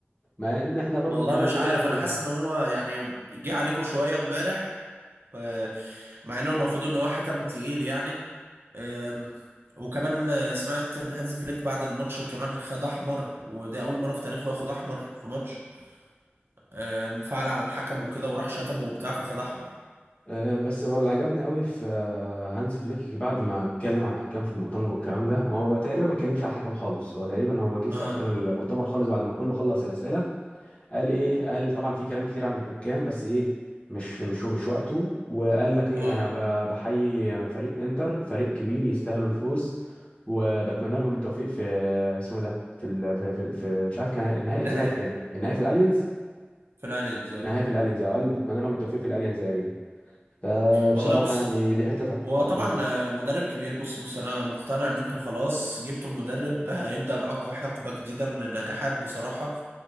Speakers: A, on the left (about 35°); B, on the right (about 70°).
A: مع ان احنا برضو
B: والله
A: كان
B: مش
A: لينا
B: عارف
A: كذا كوره
B: انا حاسس ان هو يعني جه عليكم شويه امبارح آه، مع انه المفروض ان هو حكم تقيل يعني آم، وكمان آه، سمعت ان هانز فليك بعد الماتش كمان خد احمر وده اول مره في تاريخه ياخد احمر في ماتش آه، انفعل على الحكم وكده وراح شتمه وبتاع فخد احمر
A: أه بس بقى اللي عجبني قوي في آه، هانسي فليك بعد ما اتكلم عن الحكام في المؤتمر والكلام ده هو تقريبا ما اتكلمش على الحكم خالص هو تقريبا هو جه في
B: اه
A: اخر المؤتمر خالص بعد ما كله خلص الاسئله قال ايه قال طبعا في كلام كتير عن الحكام بس ايه مش مش مش وقته وقال لك ايه
B: اه
A: انا ب- بحيي فريق انتر فريق كبير يستاهلوا الفوز وبتمنى لهم التوفيق في اسمه إيه ده في ال... في, في, في مش عارف كان النهائي
B: النهائي
A: هيتلعب فين النهائي في الالينز
B: في الالينز اه
A: النهائي في الالينز اه قال بتمنى لهم التوفيق في الالينز ارينا فبصراحه
B: والله بص
A: يعني دي حته محترمه
B: هو طبعا
A: منه
B: آه، مدرب كبير بص بص انا مقتنع ان انتوا خلاص جبتوا مدرب هيبدأ معاكم حقبة جديدة من النجاحات بصراحة